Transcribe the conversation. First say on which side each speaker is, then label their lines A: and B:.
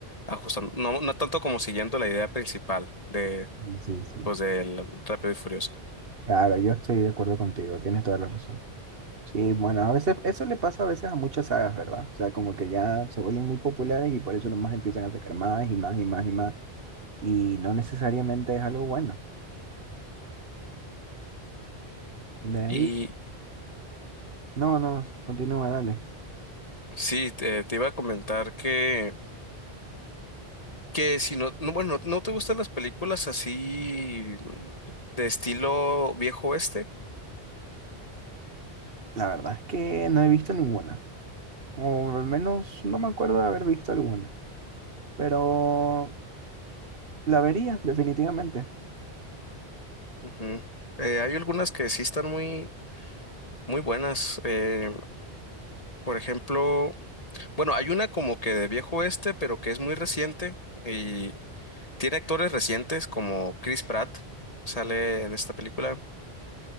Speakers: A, on the left; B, on the right.
A: ajustando, no no tanto como siguiendo la idea principal de
B: Sí, sí, sí.
A: pues del Rápido y Furioso.
B: Claro, yo estoy de acuerdo contigo, tienes toda la razón. Sí, bueno, a veces eso le pasa a veces a muchas sagas, ¿verdad? O sea, como que ya se vuelven muy populares y por eso nomás empiezan a sacar más y más y más y más. y no necesariamente es algo bueno. De ahí,
A: Y
B: no, no, continúa, dale.
A: sí, te, te iba a comentar que, que si no, no, bueno, ¿no te gustan las películas así mm, de estilo viejo oeste?
B: La verdad es que no he visto ninguna, o al menos no me acuerdo de haber visto alguna, pero la vería definitivamente.
A: Ujú. Eh, hay algunas que sí están muy, muy buenas. eh, por ejemplo, bueno, hay una como que de viejo oeste, pero que es muy reciente y tiene actores recientes como Chris Pratt, sale en esta película